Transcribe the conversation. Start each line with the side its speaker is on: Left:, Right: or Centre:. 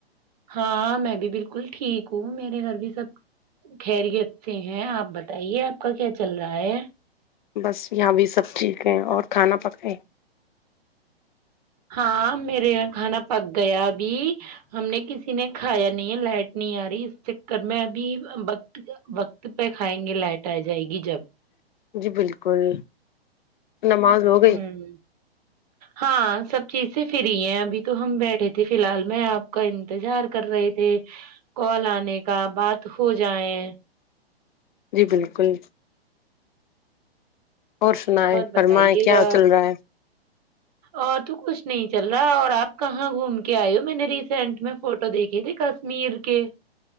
Right: ہاں میں بھی بالکل ٹھیک ہوں میرے گھر بھی سب خیریت سے ہیں آپ بتائیے آپ کا کیا چل رہا ہے
Left: بس یہاں بھی سب ٹھیک ہیں اور کھانا پکائے
Right: ہاں میرے یہاں کھانا پک گیا ابھی ہم نے کسی نے کھایا نہیں ہے لائٹ نہیں آ رہی اس چکر میں ابھی وقت وقت پہ کھائیں گے لائٹ آ جائے گی جب
Left: جی بالکل نماز ہو
Right: ہوں
Left: گئی
Right: ہاں سب چیزیں فری ہیں ابھی تو ہم بیٹھے تھے فی الحال میں آپ کا انتظار کر رہے تھے کال آنے کا بات ہو جائے
Left: جی بالکل اور سن ہے فرمائائے
Right: بتائیے
Left: کیا
Right: گا
Left: چل رہا ہے
Right: اور تو کچھ نہیں چل رہا اور آپ کہاں گھوم کے آئے ہو میں نے ریسینٹ میں فوٹو دیکھے تھے کشمیر کے